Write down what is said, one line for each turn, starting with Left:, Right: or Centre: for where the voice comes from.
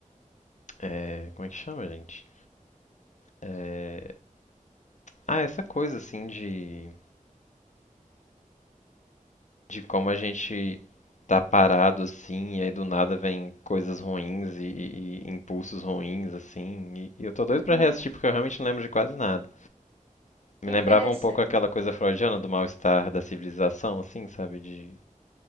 Left: é, como é que chama, gente? É, Ah, essa coisa assim de, de como a gente tá parado assim, e aí do nada vem coisas ruins e, e- e impulsos ruins assim. E, e eu tô doido pra
Right: Uhum.
Left: reassistir porque eu realmente não lembro de quase nada. Me
Right: Que
Left: lembrava
Right: interessante.
Left: um pouco aquela coisa freudiana do mal-estar da civilização, assim, sabe? De